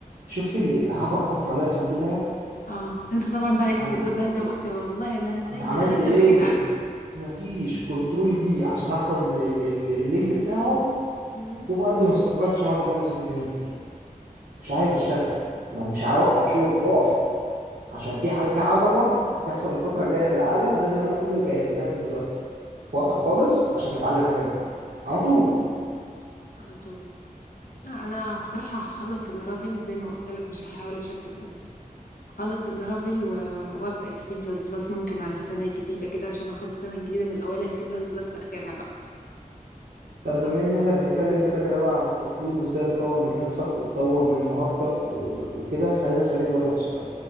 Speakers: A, on the right; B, on the left.
A: شفت اللي اللي حفر حفره لقى صندوق دهب
B: اه انت طبعا بقى لقيت السدود
A: انا
B: ده ده وقلت والله ما انا سايبك
A: عملت
B: غير لما
A: ايه
B: اجيب اخرك
A: مفيش كنترول دي عشان احفظ ال ال ال اللينك بتاعه
B: مم.
A: ومقدم استقالتي عشان اقعد اخلص الفيديوهات دي مش
B: اه
A: عايز اشتغل ما مش
B: مم.
A: عايز اوقف شغل اقف عشان
B: مم.
A: في حاجه في عظمه هتحصل الفتره الجايه في العالم لازم انا اكون مجهز لها من دلوقتي وقف
B: مم.
A: خالص عشان نتعلم حاجه جديده على طول
B: على طول لا انا بصراحه هخلص اللارافيل زي ما قلت لك مش هحاول اشتت نفسي هخلص اللارافيل و... وابدا السي بلس بلس ممكن على السنه الجديده كده عشان اخد السنه الجديده من اولها سي بلس بلس لاخرها بقى
A: طب بما
B: أط-
A: ان احنا بنتكلم كده كده بقى عن التطوير وازاي تطور من نفسك وتطور من مهارتك و- و- وكده خليني اسالك برضك سؤال